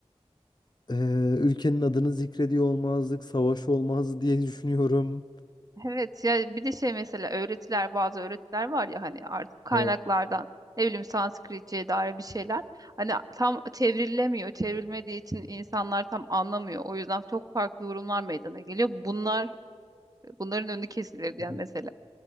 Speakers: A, on the left; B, on the right.
A: e, ülkenin adını zikrediyor olmazdık, savaş olmazdı diye <laughs> düşünüyorum.
B: Evet ya bir de şey mesela öğretiler bazı öğretiler var ya hani artık kaynaklardan
A: Evet.
B: ne bileyim Sanskritçe'ye dair bir şeyler hani tam çevrilemiyor çevrilmediği için insanlar tam anlamıyor o yüzden çok farklı yorumlar meydana geliyor bunlar bunların önü kesilir diyen
A: Evet.
B: mesela.